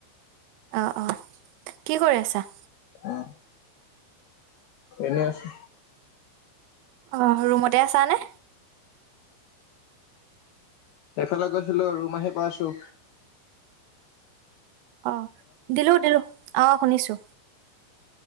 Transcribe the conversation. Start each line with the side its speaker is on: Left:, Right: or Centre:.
Right: অ- অ কি কৰি আছা
Left: অ' এনে আছো।
Right: অ' ৰুমতে আছা নে?
Left: এইফালে গৈছিলো ৰুম আহি পাইছোঁ।
Right: অ দিলো উ দিলো আহ শুনিছো